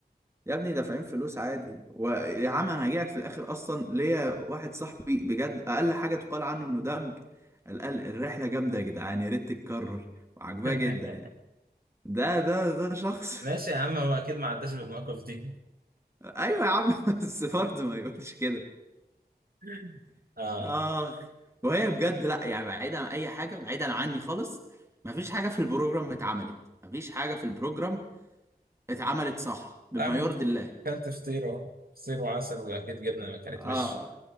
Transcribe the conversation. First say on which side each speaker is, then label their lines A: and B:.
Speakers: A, on the right (about 15°); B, on the right (about 65°).
A: يا ابني دافعين فلوس عادي ويا عم انا هجيلك في الاخر اصلا ليا واحد صاحبي بجد اقل حاجة تقال عنه انه دمج قال قال الرحلة جامدة يا جدعان يا ريت تتكرر وعجباه
B: ايه
A: جدا يعني
B: <laughs>
A: ده ده ده شخص
B: ماشي يا عم هو اكيد ما عداش بالمواقف دي
A: <laughs> ايوه يا عم <laughs> بس برضه ما يقولش كده
B: <laughs> اه
A: اخ وهي بجد لا يعني بعيدا عن اي حاجة بعيدا عني خالص ما فيش حاجة في البروجرام اتعملت ما فيش حاجة في البروجرام اتعملت صح بما
B: يا عم
A: يرضي
B: انت
A: الله
B: اكلت فطير اهو فطير وعسل واكيد جبنه ما كانت
A: اه
B: مش